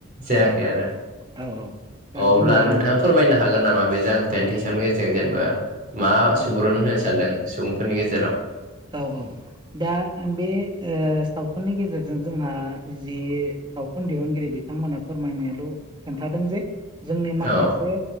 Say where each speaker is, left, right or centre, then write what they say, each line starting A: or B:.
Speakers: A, on the right; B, on the right.
A: जायाखै आरो
B: औ दा
A: अब्ला
B: जोंहा
A: नोंथाङा फोरमायनो हागोन नामा बे जांख्रिथायनि थैसामनि गेजेरजों जेनेबा मा
B: औ
A: सुबुरुन
B: औ
A: होनो सानदों? सुबुंफोरनि गेजेराव
B: औ औ दा बे ओ सावथुननि गेजेरजों जोंहा जि सावथुन दिहुनगिरि बिथांमोना फोरमायनायल' खिन्थादों जे जोंनि
A: औ
B: माखासे